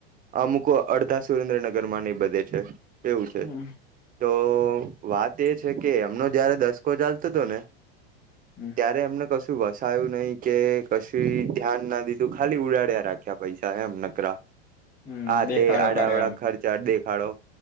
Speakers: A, on the right; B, on the left.
A: અમુકો અડધા સુરેન્દ્રનગર માં નહી બધે છે એવું છે
B: હમ
A: તો વાત એ છે કે એમનો જયારે દસકો ચાલતો હતો ને
B: હમ
A: ત્યારે એમને કશું વસાયું નહી કે કશું ધ્યાન ના દીધું ખાલી ઉડાડ્યા રાખ્યા પૈસા એમ નકરા
B: હમ
A: આા
B: દેખાડો
A: તે આડાડા
B: કરે એમ
A: ખર્ચા દેખાડો